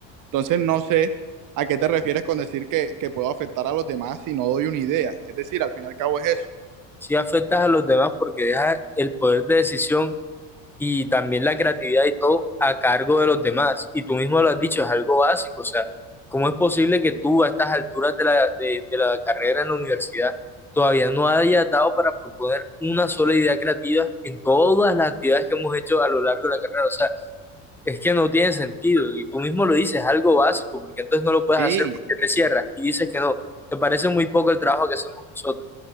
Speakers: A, on the right; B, in the centre.
A: Entonces no sé a qué te refieres con decir que, que puedo afectar a los demás si no doy una idea. Es decir, al fin y al cabo es eso.
B: sí afectas a los demás porque dejas el poder de decisión y también la creatividad y todo a cargo de los demás. Y tú mismo lo has dicho, es algo básico. O sea, ¿cómo es posible que tú a estas alturas de la, de, de la carrera en la universidad todavía no hayas dado para proponer una sola idea creativa en todas las actividades que hemos hecho a lo largo de la carrera? O sea, Es que no tiene sentido y tú mismo lo dices, algo básico, porque entonces no lo puedes
A: Sí,
B: hacer porque te cierras y dices que no. Te parece muy poco el trabajo que hacemos nosotros.